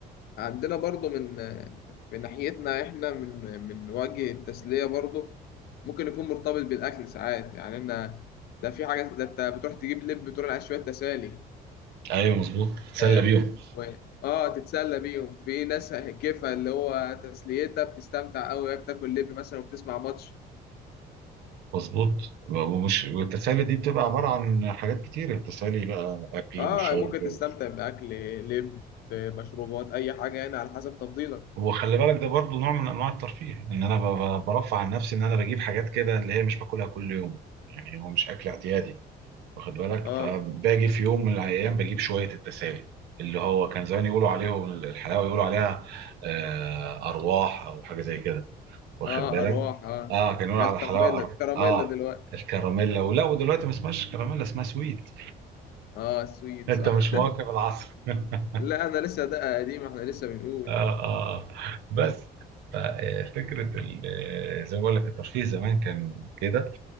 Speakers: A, on the left; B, on the right.
A: عندنا برضو من من ناحيتنا احنا من من وجه التسليه برضو ممكن يكون مرتبط بالاكل ساعات يعني انا ده في حاجه ده انت بتروح تجيب لب بتروح على شويه تسالي
B: ايوه مظبوط تسلى
A: اه
B: بيهم
A: و- آه، تتسلى بيهم في ناس كيفها اللي هو تسليتها بتستمتع قوي وهي بتاكل لب مثلا وبتسمع ماتش
B: مظبوط ومش والتسالي دي بتبقى عباره عن حاجات كتير التسالي بقى اكل
A: اه
B: وشرب
A: ممكن
B: و-
A: تستمتع باكل لب مشروبات اي حاجه يعني على حسب تفضيلك
B: وخلي بالك ده برضو نوع من انواع الترفيه ان انا ب- ب- برفع عن نفسي ان انا بجيب حاجات كده اللي هي مش باكلها كل يوم يعني هو مش اكل اعتيادي واخد بالك
A: اه
B: فباجي في يوم من الايام بجيب شويه التسالي اللي هو كان زمان يقولوا عليه الحلاوه يقولوا عليها آه، ارواح او حاجه زي كده واخد
A: اه
B: بالك
A: ارواح اه
B: اه كانوا يقولوا
A: يا الكراميلا
B: على الحلاوه أر...
A: الكراميلا
B: اه
A: دلوقتي
B: الكراميلا ولا ودلوقتي ما اسمهاش كراميلا اسمها سويت
A: اه السويت
B: انت
A: صح
B: مش مواكب العصر <laughs>
A: لا انا لسه ده قديم احنا لسه بنقول
B: اه اه بس ف- فكرة ال- آه، زي ما بقول لك الترفيه زمان كان كده